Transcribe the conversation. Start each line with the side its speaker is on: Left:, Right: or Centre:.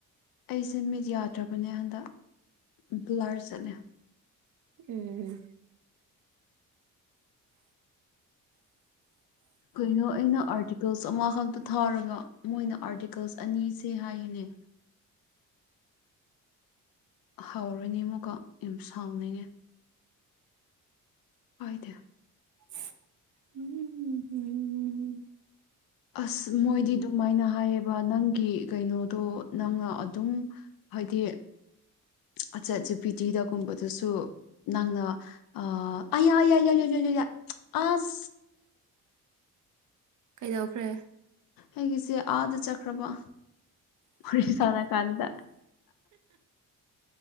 Left: ꯑꯩꯁꯦ ꯃꯤꯠ ꯌꯥꯗ꯭ꯔꯕꯅꯦ ꯍꯟꯗꯛ ꯕ꯭ꯂꯥꯔ ꯆꯠꯂꯦ
Right: ꯎꯝ
Left: ꯀꯩꯅꯣ ꯑꯩꯅ ꯑꯥꯔꯇꯤꯀꯜꯁ ꯑꯃꯈꯛꯇ ꯊꯥꯔꯒ ꯃꯣꯏꯅ ꯑꯥꯔꯇꯤꯀꯜꯁ ꯑꯅꯤꯁꯦ ꯍꯥꯏꯌꯦꯅꯦ ꯍꯥꯎꯔꯣꯏꯅꯦ ꯏꯃꯨꯀꯣ ꯌꯥꯝ ꯁꯥꯎꯅꯤꯡꯉꯦ ꯍꯣꯏꯗ
Right: ꯎꯝꯝ
Left: ꯑꯁ ꯃꯣꯏꯗꯤ ꯑꯗꯨꯃꯥꯏꯅ ꯍꯥꯏꯌꯦꯕ ꯅꯪꯒꯤ ꯀꯩꯅꯣꯗꯣ ꯅꯪꯅ ꯑꯗꯨꯝ ꯍꯥꯏꯗꯤ ꯑꯠꯆꯥ ꯄ꯭ꯔꯤꯊꯤꯗꯒꯨꯝꯕꯗꯨꯁꯨ ꯅꯪꯅ ꯑ ꯑꯏꯏꯏꯏꯏ ꯑꯁ
Right: ꯀꯩꯗꯧꯈ꯭ꯔꯦ
Left: ꯑꯩꯒꯤꯁꯦ ꯑꯥꯗ ꯆꯠꯈ꯭ꯔꯕ ꯄꯨꯔꯤ ꯁꯅꯥ ꯀꯥꯟꯗ